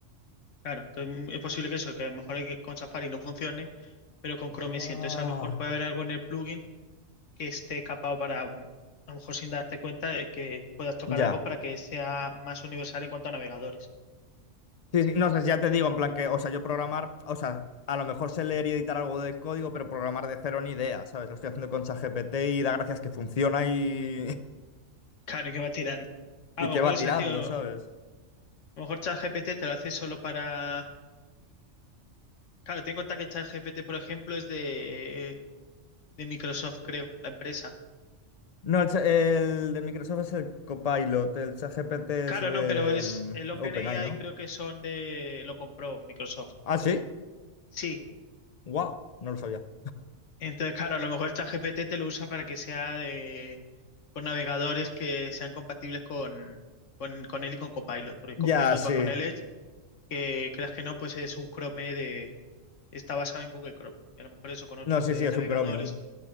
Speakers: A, on the left; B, on the left.
A: Claro, entonces, mm, es posible que eso, que a lo mejor hay que- con Safari no funcione, pero con Chrome
B: Buah.
A: sí. Entonces a lo mejor puede haber algo en el plugin que esté capado para, mm, a lo mejor sin darte cuenta de que puedas tocar
B: Ya.
A: algo para que sea más universal en cuanto a navegadores.
B: Sí, sí, no, o sea, ya te digo, en plan que, o sea, yo programar, o sea, a lo mejor sé leer y editar algo de código, pero programar de cero ni idea, ¿sabes? Lo estoy haciendo con ChatGPT y da gracias que funciona y,
A: Claro, y que va tirando.
B: <laughs>
A: A
B: y
A: lo
B: que
A: mejor
B: va
A: eso,
B: tirando,
A: tío.
B: ¿sabes?
A: A lo mejor ChatGPT te lo hace solo para. Claro, tengo en cuenta que ChatGPT, por ejemplo, es de, de Microsoft, creo, la empresa.
B: No, el, cha- el de Microsoft es el Copilot, el ChatGPT es
A: Claro,
B: de
A: no, pero es
B: mm,
A: el OpenAI
B: OpenAI, ¿no?
A: creo que son de lo compró Microsoft.
B: Ah, sí,
A: Sí.
B: wow, no lo sabía.
A: Entonces, claro, a lo mejor ChatGPT te lo usa para que sea de con navegadores que sean compatibles con, con, con él y con Copilot, porque
B: Ya,
A: Copilot
B: sí.
A: va con el Edge, que creas que no, pues es un Chrome de está basado en Google Chrome. Y a lo mejor eso con otros
B: No, sí,
A: de
B: sí, es
A: navegadores,
B: un Chromium.